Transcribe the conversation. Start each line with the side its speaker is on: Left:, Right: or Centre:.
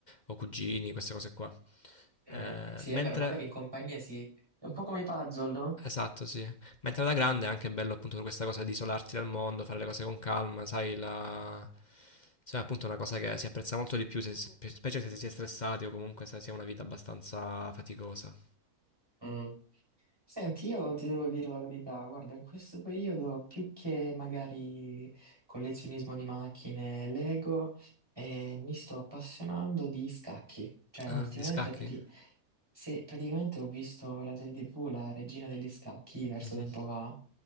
Left: o cugini, queste cose qua.
Right: mm,
Left: Eh,
Right: sì,
Left: mentre,
Right: è vero, magari in compagnia sì. È un po' come i puzzle, no?
Left: esatto, sì. Mentre da grande è anche bello appunto per questa cosa di isolarti dal mondo, fare le cose con calma, sai, la... Insomma, appunto è una cosa che si apprezza molto di più, se- spe- specie se si è stressati o comunque se si ha una vita abbastanza faticosa.
Right: Mm. Senti, io ti devo dire la verità, guarda, in questo periodo più che magari collezionismo di macchine, Lego, eh, mi sto appassionando di scacchi. Cioè,
Left: Ah,
Right: ultimamente
Left: di scacchi?
Right: prati- se- praticamente ho visto la serie TV, La Regina degli Scacchi, verso
Left: <laughs>
Right: tempo fa,